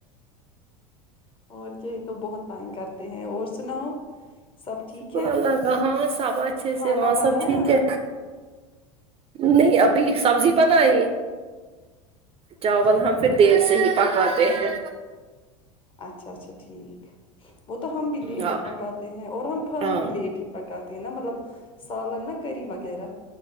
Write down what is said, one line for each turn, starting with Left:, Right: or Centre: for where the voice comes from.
Left: اور یہی تو بہت تنگ کرتے ہیں اور سناؤ سب ٹھیک
Right: شکر
Left: ہے
Right: اللہ کا ہاں سب اچھے
Left: کھانا
Right: سے وہاں
Left: بنایا
Right: سب ٹھیک ہے نہیں ابھی سبزی بناائی چاول
Left: اچھا
Right: ہم پھر دیر سے ہی پکاتے ہیں
Left: اچھا اچھا ٹھیک وہ تو ہم بھی لیٹ
Right: ہاں
Left: ہی پکاتے ہیں اور ہم کھانا
Right: ہاں
Left: بھی لیٹ ہی پکاتے ہیں نا مطلب سالن نہ کرری وغیرہ